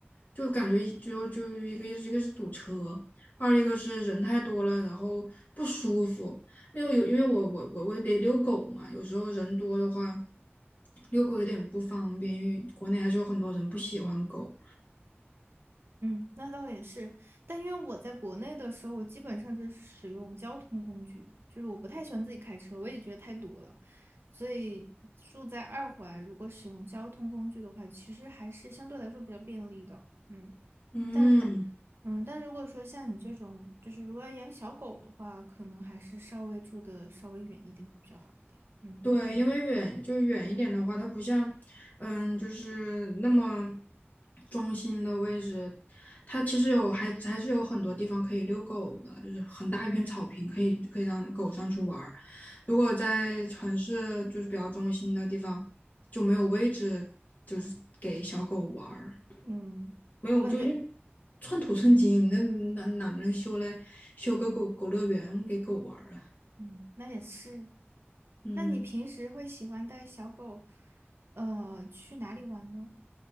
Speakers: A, on the left (about 40°); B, on the right (about 65°).
A: 就感觉就就一个意思，一个是堵车，二一个是人太多了，然后不舒服。因为有因为我我我我得遛狗嘛，有时候人多的话，遛狗有点不方便，因为国内还是有很多人不喜欢狗。
B: 嗯，那倒也是，但因为我在国内的时候，我基本上就是使用交通工具，就是我不太喜欢自己开车，我也觉得太堵了，所以住在二环，如果使用交通工具的话，其实还是相对来说比较便利的，嗯，
A: 嗯。
B: 但是，嗯，但如果说像你这种，就是如果要养小狗的话，可能还是稍微住的稍微远一点会比较好一点，嗯
A: 对，因为远就远一点的话，它不像，嗯，就是那么中心的位置，它其实有还还是有很多地方可以遛狗的，就是很大一片草坪，可以可以让狗上去玩儿。如果在城市就是比较中心的地方，就没有位置，就是给小狗玩儿，
B: 嗯，
A: 没有就就
B: 我感觉。
A: 寸土寸金，那哪哪能修来修个狗狗乐园给狗玩儿啊？
B: 嗯，那也是。
A: 嗯。
B: 那你平时会喜欢带小狗，呃，去哪里玩呢？